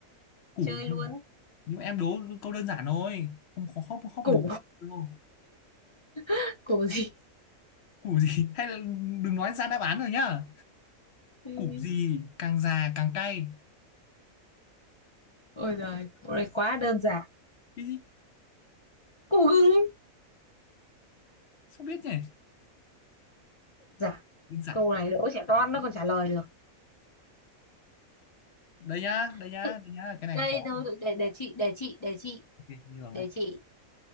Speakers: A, on the left (about 55°); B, on the left (about 40°).
A: củ
B: chơi luôn.
A: nhưng mà em đố câu đơn giản thôi không khó khóc khóc
B: Cổ,
A: bố đâu
B: <laughs> cổ gì?
A: củ gì <laughs> hay là đừng nói ra đáp án rồi nhá
B: Ừ.
A: củ gì càng già càng cay
B: Ôi giời, câu này quá đơn giản.
A: cái gì
B: Cụ hứng.
A: không biết nhỉ
B: Dạ,
A: đơn giản
B: câu này đố trẻ
A: càng
B: con
A: máy
B: nó còn trả lời được.
A: đây nhá đây
B: <laughs>
A: nhá đây nhá cái này
B: đây
A: khó
B: thôi
A: này.
B: thôi, để để chị để chị để chị
A: Ok, nhường
B: để
A: đấy
B: chị